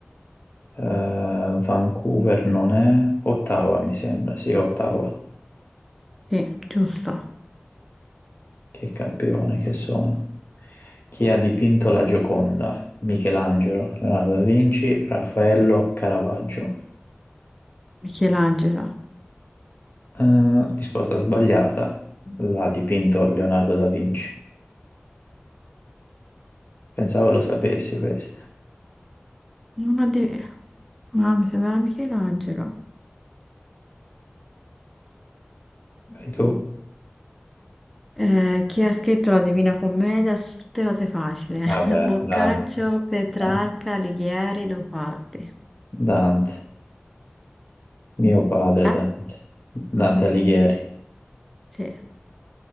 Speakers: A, on the left (about 50°); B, in the centre.
A: Eh, Vancouver non è... Ottawa mi sembra, sì, Ottawa.
B: Sì, giusto.
A: Che campione che sono. Chi ha dipinto la Gioconda? Michelangelo, Leonardo da Vinci, Raffaello, Caravaggio.
B: Michelangelo.
A: Eh, risposta sbagliata. L'ha dipinto Leonardo da Vinci. Pensavo lo sapessi questo.
B: Non ho di... Ah, mi sembrava Michelangelo.
A: Vai tu.
B: Eh, chi ha scritto la Divina Commedia su tutte cose facili? <laughs> eh?
A: Vabbè,
B: Boccaccio,
A: Dante,
B: Petrarca,
A: Dan-
B: Alighieri, Leopardi.
A: Dante, mio padre
B: Eh?
A: Dante, Dante Alighieri,
B: Sì,